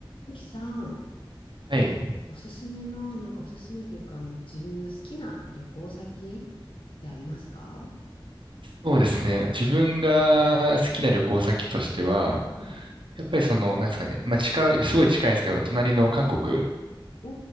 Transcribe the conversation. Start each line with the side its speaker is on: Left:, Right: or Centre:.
Left: ゆきさん、
Right: はい。
Left: おすすめの、なんかおすすめというか、あの、自分が好きな旅行先ってありますか
Right: そうですね。自分が好きな旅行先としては、
Left: うん。
Right: やっぱりその、なんですかね。まあ、近い、すごい近いですけど、隣の韓国
Left: お